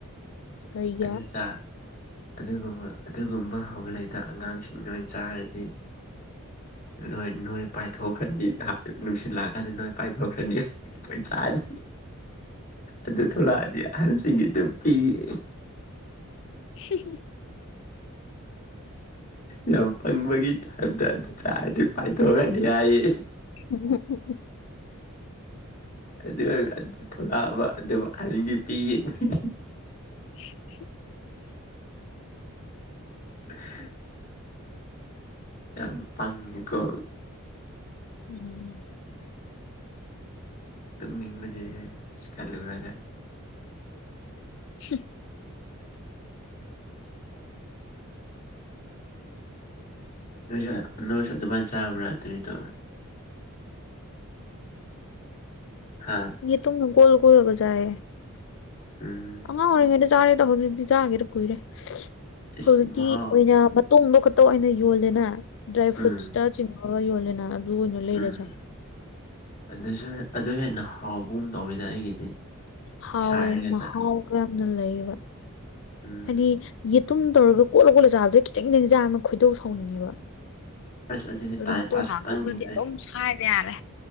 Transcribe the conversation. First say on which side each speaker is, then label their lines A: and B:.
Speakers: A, on the left; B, on the left.
A: ꯀꯩꯌꯥ
B: ꯑꯗꯨ ꯆꯥ ꯑꯗꯨꯒꯨꯝꯕ ꯑꯗꯨꯒꯨꯝꯕ ꯍꯧꯒꯂꯗ ꯑꯉꯥꯡꯁꯤꯡ ꯂꯣꯏ ꯆꯥꯔꯗꯤ ꯅꯣꯏ ꯅꯣꯏ ꯄꯥꯏꯊꯣꯛꯈꯅꯤ ꯅꯨꯡꯁꯤꯠꯂꯥꯛꯑꯀꯥꯟꯗ ꯅꯣꯏ ꯄꯥꯏꯊꯣꯛꯈꯅꯤ ꯑꯩꯈꯣꯏ ꯆꯥꯔꯤ ꯑꯗꯨ ꯊꯂꯛꯑꯗꯤ ꯑꯍꯟꯁꯤꯡꯒꯤ ꯑꯗꯨꯝ ꯄꯤꯌꯦ
A: ꯁꯤ
B: ꯌꯥꯝ ꯄꯪꯕꯒꯤ ꯇꯥꯕꯗ ꯑꯗꯨ ꯆꯥꯔꯗꯤ ꯄꯥꯏꯊꯣꯛꯑꯑꯅꯤ ꯍꯥꯏꯌꯦ
A: ꯎ
B: ꯑꯗꯨꯔꯒ ꯊꯂꯛꯑꯕ ꯑꯗꯨ ꯑꯟꯒꯤ ꯄꯤ ꯌꯦꯈꯣꯏ
A: <inaudible>
B: <unintelligible> ꯌꯥꯝ ꯐꯉꯤꯀꯣ
A: ꯎꯝ
B: ꯇꯣꯛꯅꯤꯡꯕꯗꯤ ꯁꯤ ꯈꯜꯂꯨꯔꯒ
A: ꯍ
B: ꯅꯣꯏꯁꯨ ꯅꯣꯏꯁꯨ ꯑꯗꯨꯃꯥꯏꯅ ꯆꯥꯕ꯭ꯔꯥ ꯑꯗꯨꯏꯗꯣ ꯍꯥ
A: ꯌꯦ ꯇꯅ ꯀꯣꯜꯒꯣꯂꯒꯖꯑ
B: ꯎꯝ
A: ꯑꯉꯥꯡ ꯑꯣꯏꯔꯤꯉꯩꯗ ꯆꯥꯔꯦꯗ ꯍꯧꯖꯤꯛꯇꯤ ꯆꯥꯒꯦꯗ ꯀꯨꯏꯔꯦ
B: ꯏꯁ
A: ꯍꯧꯖꯤꯛꯇꯤ
B: ꯃꯍꯥꯎ
A: ꯑꯣꯏꯅ ꯇꯣꯡꯕ ꯈꯛꯇ ꯑꯣꯏꯅ ꯌꯣꯜꯂꯦꯅ ꯗ꯭ꯔꯥꯏ
B: ꯎꯝ
A: ꯐ꯭ꯔꯨꯠꯁꯇ ꯆꯤꯡꯉꯒ ꯌꯣꯜꯂꯦꯅ ꯑꯗꯨ ꯑꯣꯏꯅ ꯂꯩꯔꯁꯥ
B: ꯎꯝ ꯑꯗꯨꯁꯨ ꯑꯗꯨ ꯍꯦꯟꯅ ꯍꯥꯎꯕꯒꯨꯝ ꯇꯧꯋꯤꯗ ꯑꯩꯒꯤꯗꯤ
A: ꯍꯥꯎꯋꯦ
B: ꯁꯥꯏꯔꯒ
A: ꯃꯍꯥꯎꯒ
B: ꯆꯥ
A: ꯌꯥꯝꯅ ꯂꯩꯕ
B: ꯎꯝ
A: ꯍꯥꯏꯗꯤ ꯑꯗꯨꯨꯝ ꯇꯧꯔꯒ ꯀꯣꯠꯂ ꯈꯣꯠꯂ ꯆꯥꯕꯗꯩ ꯈꯤꯇꯪ ꯅꯤꯡꯖꯥ ꯑꯃ ꯈꯣꯏꯗꯧ ꯁꯥꯎꯅꯤꯡꯉꯦꯕ
B: ꯑꯁ ꯑꯗꯨꯗꯤ
A: ꯑꯗꯨ
B: ꯇꯥꯏꯝ
A: ꯃꯇꯣ
B: ꯄꯥꯁ
A: ꯉꯥꯛꯇ
B: ꯈꯛꯇꯪꯒꯤꯅꯤꯅꯦ
A: ꯑꯗꯨꯗꯤ ꯑꯗꯨꯝ ꯁꯥꯏꯕ ꯌꯥꯔꯦ